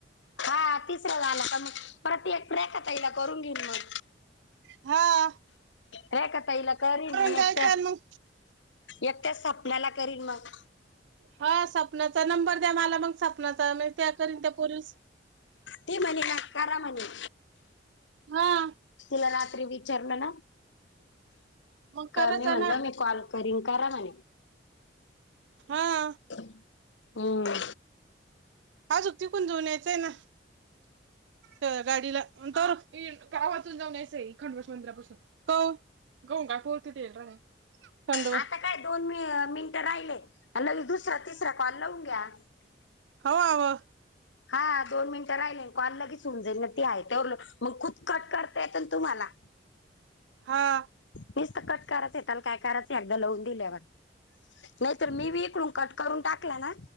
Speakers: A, on the left; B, on the right.
A: हा तिसरं झाला का? मग परत एक, फ्रेख तईला करून घेऊ मग
B: हा! !
A: हे काता इला करीन मग,
B: द्यायचा
A: एकट्या
B: मग
A: एकट्या स्वपनाला करीन मग
B: हा सपनाचा नंबर द्या! मला मग सपनाचा म त्या करीन त्या पोरवीस
A: ते म्हणे का? करा म्हणे!
B: हा! !
A: तुला रात्री विचारलं ना?
B: मग
A: क
B: करायचा
A: मी म्हणलं
B: ना
A: मी कॉल करीन, करा म्हणे
B: हा! !
A: हम्म! !
B: आजुक तिकून जवनयचंय ना! तगाडीला तर गावातून जाऊनयचं आहे, खंडपोठ मंदिरापासून हो गोंगापूरती देल रा थंडवा!
A: आता
B: !
A: काय दोन मिनिटं राहिले ल, दुसरा तिसरा कॉल लावून घ्या.
B: हवा! अवा! !
A: हा दोन मिनिटं राहिले, कॉल लगेच उऊंजईल ना? ती आहे. तेलं मग खुद कट करता, येत ना तुम्हाला!
B: हा! !
A: मीस तर कट करायचं! त्याला काय करायचंय एकदा लवून दिल्यावर नाहीतर मी विकडून कट करून टाकला ना?